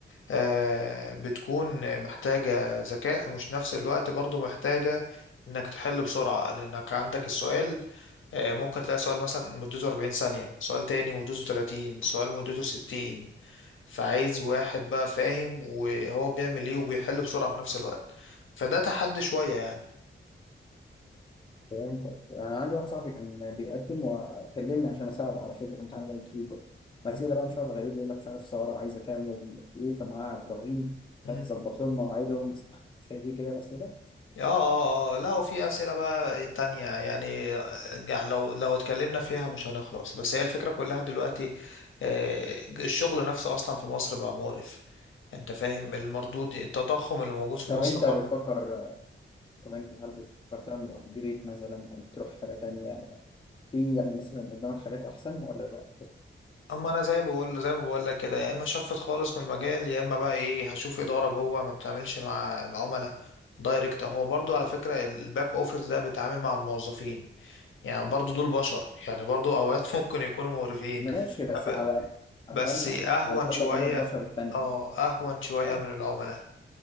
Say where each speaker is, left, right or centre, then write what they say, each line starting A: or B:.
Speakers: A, on the left; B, on the left.
A: آه بتكون محتاجة ذكاء ومش نفس الوقت برضو محتاجة انك تحل بسرعة لانك عندك السؤال آه، ممكن تلاقي سؤال مثلا مدته 40 ثانية سؤال تاني مدته 30 سؤال مدته 60 فعايز واحد بقى فاهم وهو بيعمل ايه وبيحل بسرعة في نفس الوقت فده تحدي شوية يعني
B: فهمتك انا عندي واحد صاحبي كان بيقدم وكلمني عشان اساعده على فكره امتحان الاي كيو ده واسئله
A: مم.
B: بقى مش عارف غريب يقول لك مش عارف الثوره عايزه تعمل ايه فمعاها ابراهيم فتظبط
A: مم.
B: لهم مواعيدهم صح مش هي دي كده الاسئله
A: اه اه اه لا وفي أسئلة بقى تانية يعني آه، يعني لو لو اتكلمنا فيها مش هنخلص بس هي الفكرة كلها دلوقتي آه، الشغل نفسه أصلا في مصر بقى مقرف انت فاهم المردود التضخم اللي موجود في
B: طب
A: مصر
B: انت
A: برضو
B: بتفكر طب انت هل بتفكر تعمل ابجريد مثلا يعني تروح حاجه تانيه في يعني مثلا قدامك حاجات احسن ولا لا
A: اما انا زي بقول زي ما بقول لك كده يا اما شفت خالص من المجال يا اما بقى ايه هشوف اداره جوه ما بتعملش مع العملاء دايركت هو برضو على فكره الباك اوفيس ده بيتعامل مع الموظفين يعني برضو دول بشر يعني برضو اوقات <laughs> ممكن يكونوا مقرفين
B: ماشي بس
A: ب-
B: على على
A: بس
B: الأقل
A: اهون
B: على الأقل
A: شويه
B: غير البشر التانية
A: اه اهون شويه
B: اه
A: من العملاء